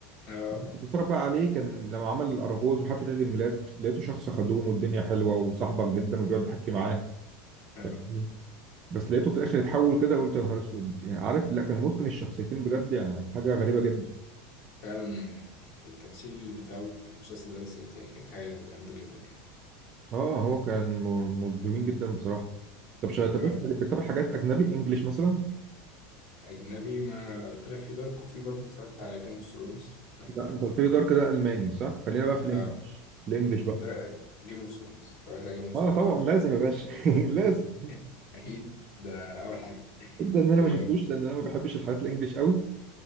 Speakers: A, on the left; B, on the right.
A: اه
B: كنت بتفرج بقى عليه كان لما عمل الاراجوز وحفله عيد الميلاد لقيته شخص خدوم والدنيا حلوه وصاحبك جدا وبيقعد يحكي معاه
A: اه
B: فاهمني؟ بس لقيته في الاخر اتحول كده قلت يا نهار اسود يعني عارف لا كان متقن الشخصيتين بجد يعني حاجه غريبه جدا
A: فعلا يعني التمثيل بتاعه في المسلسل ده بالذات يعني كان حاجة جامدة جدا يعني
B: اه هو كان م- مجرمين جدا بصراحه طب شا...
A: أيوة.
B: طب انت بتتابع حاجات اجنبي انجليش مثلا
A: أجنبي ما قلت لك في دارك وفي برضه اتفرجت على جيم اوف ثرونز لو أنت
B: لا
A: شفته
B: انت قلت لي دار كده الماني صح خلينا بقى في
A: اه
B: الانجليش الانجليش بقى
A: ده جيم اوف ثرونز اتفرجت على جيم اوف
B: اه
A: ثرونز
B: طبعا لازم
A: و...
B: يا باشا <laughs> لازم
A: <laughs> أكيد ده أول حاجة
B: ده ان انا
A: و
B: ما شفتوش لان انا ما بحبش الحاجات الانجليش قوي